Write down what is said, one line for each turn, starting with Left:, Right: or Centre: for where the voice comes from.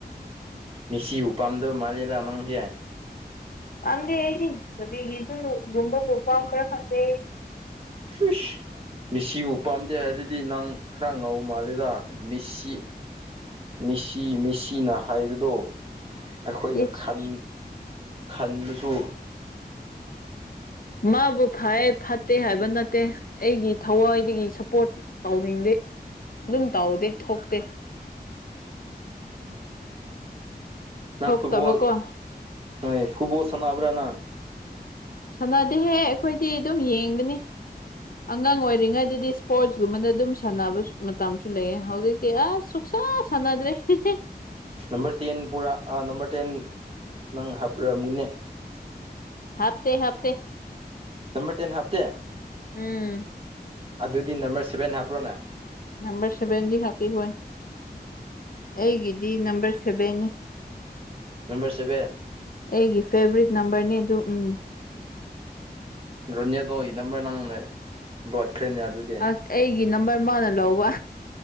Right: ꯃꯦꯁꯤꯕꯨ ꯄꯥꯝꯗꯕ ꯃꯥꯂꯦꯗ ꯅꯪꯁꯦ
Left: ꯄꯥꯝꯗꯦ ꯑꯩꯗꯤ <unintelligible> ꯒꯨꯝꯕꯕꯨ ꯄꯥꯝꯕ꯭ꯔ ꯈꯪꯗꯦ
Right: ꯏꯁ ꯃꯤꯁꯤꯕꯨ ꯄꯥꯝꯗꯦ ꯍꯥꯏꯔꯗꯤ ꯅꯪ ꯈꯔ ꯉꯧꯕ ꯃꯥꯜꯂꯦꯗ ꯃꯤꯁꯤ ꯃꯤꯁꯤ ꯃꯤꯁꯤꯅ ꯍꯥꯏꯕꯗꯣ ꯑꯩꯈꯣꯏꯅ
Left: ꯏꯁ
Right: ꯈꯟ ꯈꯟꯕꯁꯨ
Left: ꯃꯥꯕꯨ ꯐꯩ ꯐꯠꯇꯦ ꯍꯥꯏꯕ ꯅꯠꯇꯦ ꯑꯩꯒꯤ ꯊꯋꯥꯏꯗꯒꯤ ꯁꯞꯄꯣꯔꯠ ꯇꯧꯅꯤꯡꯗꯦ ꯑꯗꯨꯝ ꯇꯧꯗꯦ ꯊꯣꯛꯇꯦ
Right: ꯅꯪ
Left: ꯊꯣꯛꯇꯕꯀꯣ
Right: ꯐꯨꯠꯕꯣꯜ ꯍꯣꯏ ꯐꯨꯠꯕꯣꯜ ꯁꯥꯟꯅꯕ꯭ꯔ ꯅꯪ
Left: ꯁꯥꯟꯅꯗꯦꯍꯦ ꯑꯩꯈꯣꯏꯗꯤ ꯑꯗꯨꯝ ꯌꯦꯡꯕꯅꯤ ꯑꯉꯥꯡ ꯑꯣꯏꯔꯤꯉꯩꯗꯗꯤ ꯏꯁꯄꯣꯔꯠꯁꯀꯨꯝꯕꯗ ꯑꯗꯨꯝ ꯁꯥꯟꯅꯕ ꯃꯇꯝꯁꯨ ꯂꯩꯑꯦ ꯍꯧꯖꯤꯛ ꯇꯤ ꯑꯁ ꯁꯨꯛꯁꯥ ꯁꯥꯟꯅꯗ꯭ꯔꯦ ꯍꯦꯍꯦ
Right: ꯅꯝꯕꯔ ꯇꯦꯟ ꯄꯨꯔꯥ ꯅꯝꯕꯔ ꯇꯦꯟ ꯅꯪ ꯍꯥꯞꯔꯝꯒꯅꯤ
Left: ꯍꯥꯞꯇꯦ ꯍꯥꯞꯇꯦ
Right: ꯅꯝꯕꯔ ꯇꯦꯟ ꯍꯥꯞꯇꯦ
Left: ꯎꯝ
Right: ꯑꯗꯨꯗꯤ ꯅꯝꯕꯔ ꯁꯚꯦꯟ ꯍꯥꯞꯄ꯭ꯔꯣꯅꯦ
Left: ꯅꯝꯕꯔ ꯁꯚꯦꯟꯗꯤ ꯍꯥꯞꯄꯤ ꯍꯣꯏ ꯑꯩꯒꯤꯗꯤ ꯅꯝꯕꯔ ꯁꯚꯦꯟꯅꯤ <inaudible>
Right: ꯅꯝꯕꯔ ꯁꯕꯦꯟ
Left: ꯑꯩꯒꯤ ꯐꯦꯕꯔꯤꯠ ꯅꯝꯕꯔꯅꯤ ꯑꯗꯨ ꯎꯝ
Right: ꯔꯣꯅꯦꯜꯗꯣꯒꯤ ꯅꯝꯕꯔ ꯅꯪꯅ ꯂꯣꯠꯈ꯭ꯔꯦꯅꯦ ꯑꯗꯨꯗꯤ
Left: ꯑꯁ ꯑꯩꯒꯤ ꯅꯝꯕꯔ ꯃꯥꯅ ꯂꯧꯕ